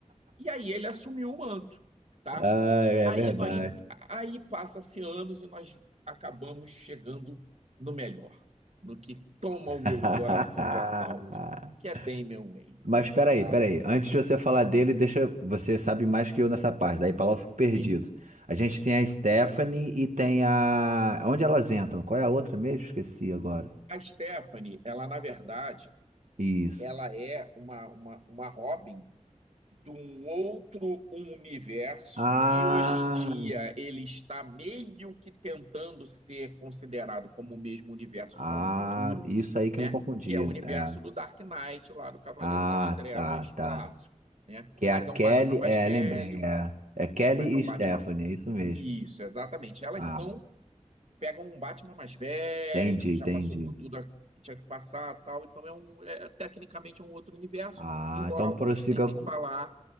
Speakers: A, on the right (about 55°); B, on the right (about 75°).
A: E aí ele assumiu o manto, tá?
B: Ah, é
A: Aí
B: verdade.
A: nós, aí passa-se anos e nós acabamos chegando no melhor, no que toma
B: <laughs>
A: o meu coração de assalto, que é Damian Wayne,
B: Mas peraí,
A: tá?
B: peraí. Antes de você falar dele, deixa. Você sabe mais que eu nessa parte. Daí pra lá eu fico perdido.
A: Sim.
B: A gente tem a Stephanie e tem a. Onde elas entram? Qual é a outra mesmo? Esqueci agora.
A: A Stephanie, ela na verdade,
B: Isso.
A: ela é uma, uma, uma Robin de um outro universo
B: Ah,
A: que hoje em dia ele está meio que tentando ser considerado como o mesmo universo
B: ah,
A: só no futuro,
B: isso aí que
A: né?
B: me confundia.
A: Que é o universo
B: É.
A: do Dark Knight lá do Cavaleiro
B: Ah,
A: das Trevas
B: tá,
A: clássico,
B: tá.
A: né?
B: Que é
A: Mas
B: a
A: é
B: Kelly.
A: um Batman mais
B: É,
A: velho,
B: lembrei. É, é Kelly
A: mas é um
B: e Stephanie,
A: Batman
B: é isso mesmo.
A: isso, exatamente. Elas
B: Ah,
A: são pegam um Batman mais velho,
B: entendi,
A: que
B: entendi.
A: já passou por tudo que tinha que passar, tal. Então é um, é, tecnicamente é um outro universo,
B: Ah,
A: embora
B: então
A: alguns
B: prossiga.
A: tentem
B: com-
A: falar